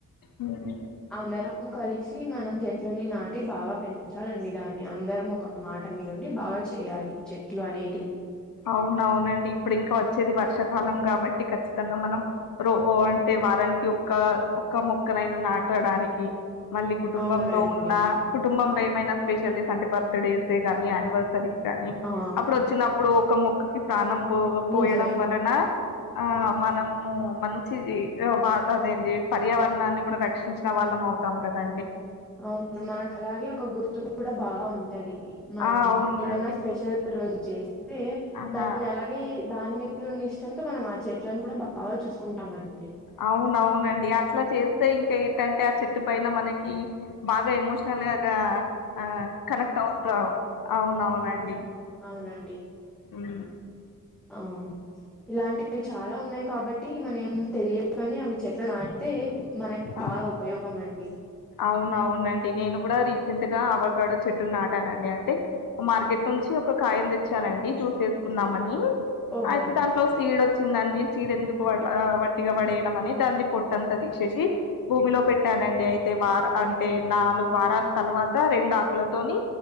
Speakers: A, on the left; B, in the centre.
A: హ్మ్.
B: అందరం కలిసి మనం చె ట్లని నాటి బాగా పెం ఉంచాలండి దాన్ని అందరం ఒక మాట మీద ఉండి బాగా చేయాలి చెట్లు అనేటివి
A: అవునవునండి ఇప్పుడు ఇంకా వచ్చేది వర్షకాలం కా బట్టి ఖచ్చితంగా మనం రో అంటే వారానికి ఒక్క ఒక్క మొక్కనైనా నాటడానికి మళ్ళీ కుటుంబంలో
B: అవునండి
A: ఉన్న కుటుంబంలో ఏమైనా స్పెషల్స్ అంటే బర్త్ డేసే కానీ యానివర్ సరిక్ కానీ
B: ఆ
A: అప్పుడు వచ్చినప్పుడు ఒక మొక్కకి ప్రాణం పో
B: నిజమే
A: పోయడం వలన ఆ మనము మంచిది ఒక అదేంది పర్యావరణాన్ని కూడా రక్షించిన వాళ్ళం మౌతాం కదండి
B: అవును మనకలాగే ఒక గుర్తు కూడా బాగా ఉంటది మనం
A: ఆ అవునండి.
B: ఏదన్నా స్పెషల్ రోజు చేస్తే
A: ఆ
B: దాన్ని అలాగే దాని మీ నున్న ఇష్టంతో మనం ఆ చెట్లను కూడా బాగా చూసుకుంటామం
A: అవునవునండి అట్లా చేస్తే ఇంకా ఏంటంటే ఆ చెట్టు పైన మనకి బాగా ఎమోషనల్ గాగా ఆ కనెక్ట్ అవుత అవునవునండి
B: అవునండి
A: మ్
B: ఆ ఇలాంటివి చాలా ఉన్నాయి కాబట్టి మనం తెలియగానే అవి చెట్లు నాటితే మనకు
A: ఆ!
B: బాగా ఉపయోగం అండి
A: అవునవునండి నేను కూడా రీసెంట్ గా అవకాడో చెట్టు నాటానండి అంటే మార్కెట్ అనేసి ఒక కాయను తెచ్చనండి జ్యూస్ చేసుకుందామని
B: ఓహో
A: అయితే దాంట్లో సిడో చిందండి చీడెందుకు అట్లా వట్టిగా పడేయడం అని దంన్ని పొట్టంతా తీసేసి భూమిలో పెట్టానండి అయి టే వార్ అంటే నాలుగు వారాల తర్వాత రెండు ఆకులతోని